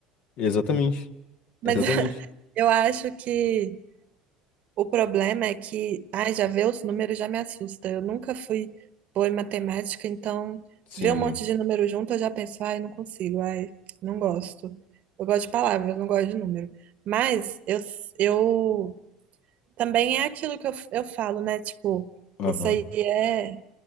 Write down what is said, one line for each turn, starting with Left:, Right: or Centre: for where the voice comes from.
Left: Exatamente,
Right: Mas
Left: exatamente.
Right: <laughs> eu acho que O problema é que, ai, já ver os números já me assusta. Eu nunca fui boa em matemática, então
Left: Sim,
Right: ver um monte de número junto eu já penso, ai, não consigo, ai, não gosto. Eu gosto de palavras, não gosto de número. Mas eu, eu também é aquilo que eu, eu falo, né? Tipo,
Left: aham.
Right: isso aí é,